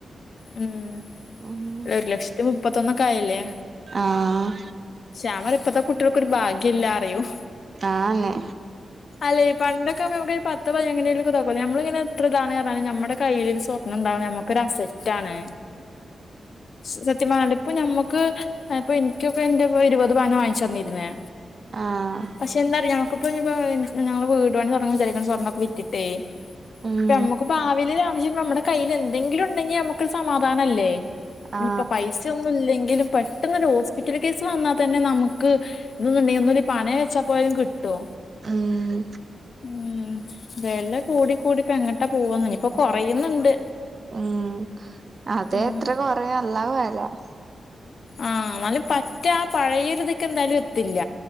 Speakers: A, on the left (about 65°); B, on the right (about 45°).
A: ഉം
B: ഉം
A: ഒരു ലക്ഷത്തി മുപ്പത്തൊന്നക്കെ ആയല്ലേ.
B: ആഹ്
A: ശ്യാം പറയും ഇപ്പത്തെ കുട്ട്യൾക്കൊരു ഭാഗ്യം ഇല്ലാ റയും.
B: ആന്നേ
A: അല്ലേ പണ്ടെക്കാവുമ്പ നമുക്ക് ഈ പത്ത് പവൻ എങ്ങനേലൊക്ക ഇത് ആക്കും നമ്മളിങ്ങന എത്ര ഇതാണ് പർഞ്ഞാലും നമ്മടെ കൈയിൽ ഒര് സ്വ ഒന്ന്ണ്ടാവണ നമ്മക്കൊരു അസെറ്റാണ് സത് എത്ത് മാണ്ട ഇപ്പ നമ്മക്ക് ഏഹ് ഇപ്പ ഇൻക്കൊക്കെ ഇന്റെ ഇപ്പ ഇരുവത് പവന് വാങ്ങിച്ച് തന്നിര്ന്നേ
B: ആഹ്
A: പക്ഷെ എന്താറിയോ ഞങ്ങക്ക് ഇപ്പ ഇനീപ്പ ഞങ്ങള് വീട് പണി തൊടെങ്ങാ വിചാരിക്കണ് സ്വർണ്ണക്കെ വിറ്റിട്ടേ
B: ഉം
A: ഇപ്പ നമ്മക്ക് ഭാവീല് ഒര് ആവശ്യം നമ്മടെ കയ്യില് എന്തെങ്കിലും ഇണ്ടെങ്കിൽ നമ്മുക്കൊരു സമാധാനല്ലേ
B: ആ
A: ഇനീപ്പ പൈസ ഒന്നും ഇല്ലെങ്കിലും പെട്ടെന്ന് ഒര് ഹോസ്പിറ്റല് കേസ് വന്നാ തന്നെ നമുക്ക് ഇതൊന്ന് ഉണ്ടെങ്കിൽ ഒന്നൂല്ലേ പണയം വെച്ചാ പ്പോലും കിട്ടോ
B: ആഹ്
A: ഉം വെല കൂടി കൂടി ഇപ്പ എങ്ങട്ടാ പോവാന്ന് ഇനീപ്പ കൊറയിന്ന്ണ്ട്
B: മ്ഹ് അതെ
A: ഉം
B: എത്ര കൊറയ അള്ളാഹു ആ‌‍അ്ലം
A: ആഹ് ഇന്നാലും പറ്റ ആ പഴയൊരു ഇതൊക്കെ എന്തായാലും ത്തില്ല